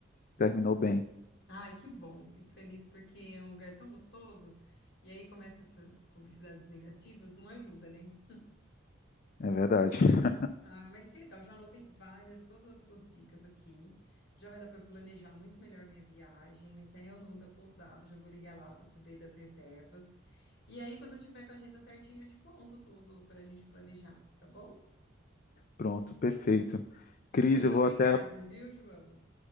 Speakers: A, on the left; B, on the left.
A: terminou bem.
B: Ai, que bom. Fico feliz porque é um lugar tão gostoso. E aí começa essas publicidades negativas, não ajuda, né?
A: É verdade. <laughs>
B: Ah, mas que legal, já anotei várias, todas as suas dicas aqui. Já vai dar para eu planejar muito melhor minha viagem, até o nome da pousada, já vou ligar lá para saber das reservas. E aí, quando eu tiver com a agenda certinha, eu te conto tudo para a gente planejar, tá bom?
A: Pronto, perfeito. Cris,
B: Muito
A: eu vou
B: obrigada,
A: até.
B: viu, João?